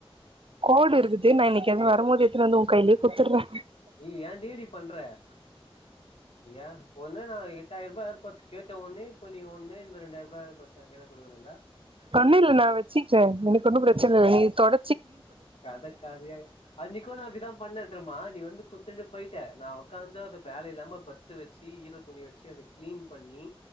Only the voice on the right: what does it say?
கோடு இருக்குது நா இன்னக்கி அங்க வரும்மோது எத்துன் வந்து ஊ கைலேயே குத்துர்றே
ஒண்ணு இல்ல நா வச்சுக்றே எனக்கு ஒன்னு ப்ரச்சன
இல்ல நீ தொட